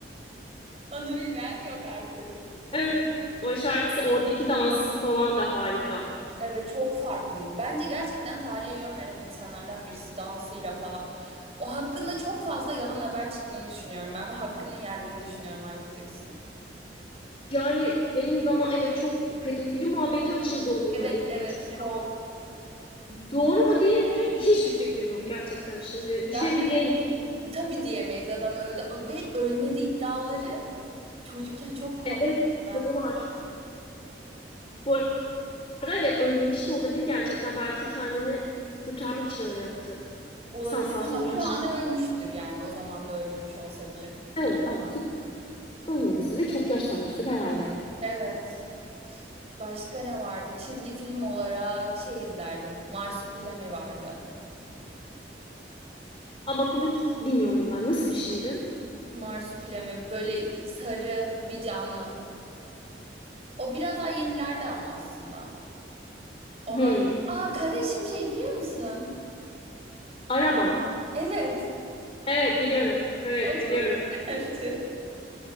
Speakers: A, on the right; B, on the left.
A: Onu bilmeyen yok artık.
B: Evet. O şarkısı oradaki dansı falan da harika.
A: Evet çok farklıydı. Bence gerçekten tarihe yön veren insanlardan birisi dansıyla falan. O hakkında çok fazla yalan haber çıktığını düşünüyorum ben ve hakkını yendiğini düşünüyorum Michael Jackson'ın.
B: Yani benim zaman evet çok pedofili muhabbeti açıldı onunla
A: Evet
B: ilgili.
A: evet
B: Çok,
A: çok.
B: doğru mu değil mi? Hiçbir fikrim yok gerçekten şimdi. Bir
A: Yani
B: şey de diyemeyim.
A: tabii diyemeyiz adam öldü ve ölmedi iddiaları çocukken çok korkuyordum
B: Evet
A: ben.
B: doğru var. Bu arada evet ölmemiş de olabilir gerçekten. Belki kendini kurtarmak için öyle yaptı.
A: Olabilir
B: Sansasyondan
A: ama şu
B: çıktı.
A: an ölmüştür yani o zaman da ölmemiş olsa bile.
B: Evet artık ölmediyse de çok yaşlanmıştır herhalde.
A: Evet. Başka ne vardı? Çizgi film olarak şey izlerdim. Marsupilami vardı.
B: Ama bak hiç bilmiyorum ben. Nasıl bir şeydi?
A: Marsupilami böyle sarı bir canlı. O biraz daha yenilerde ama aslında. Ondan
B: Hmm,
A: sonra... Aa kara şimşeği biliyor musun?
B: araba.
A: Evet.
B: Evet biliyorum. Evet
A: O çok
B: biliyorum.
A: güzeldi.